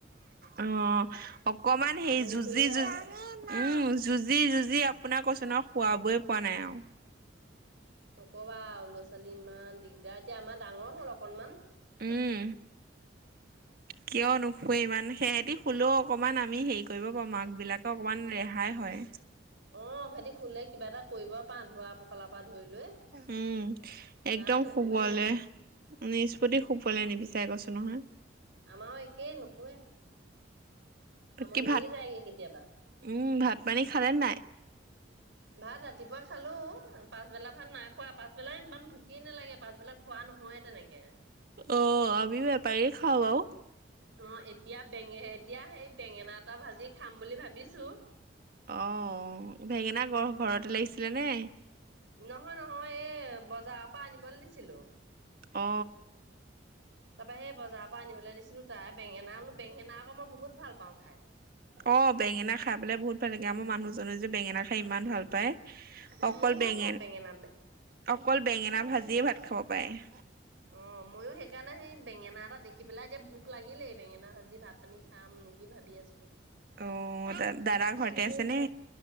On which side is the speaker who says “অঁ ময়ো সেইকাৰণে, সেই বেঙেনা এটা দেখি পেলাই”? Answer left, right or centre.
Right